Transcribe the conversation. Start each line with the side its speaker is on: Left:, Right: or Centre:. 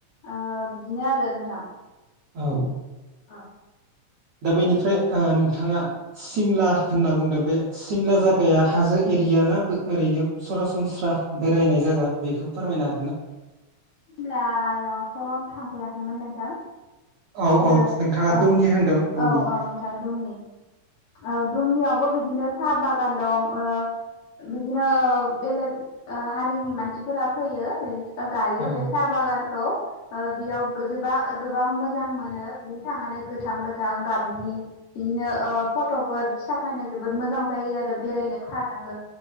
Left: ओ बिदिनो आरो नोंथां।
Right: औ
Left: औ
Right: दा बेनिफ्राय ओ नोंथाङा सिमला होनना बुंदों बे सिमला जायागाया हाजो एरिया ना ओरैनो सरासनस्रा बेरायनाय जायगा बेखौ फोरमायनो हागोन ना?
Left: सिमलायावथ' आं थांफेराखैमोन नोंथां।
Right: औ औ
Left: ओ
Right: नोंथाङा
Left: औ
Right: दुमनि होनदों दुमनि
Left: औ औ नोंथां दुमनि औ दुमनियाव अ बिदिनो सा बागान दं ओ बिदिनो बेलेग ओ हारिनि मानसिफोरा फैयो बे ओ गायो
Right: औ
Left: बे साहा बागानखौ ओ बेयाव गोजोबा गोबां मोजां मोनो बिदिन थांनानै गोथां गोथां गाबनि बिदिनो ओ फट'फोर साफायनो जोबोद मोजां जायो आरो बेरायनो थानोबो।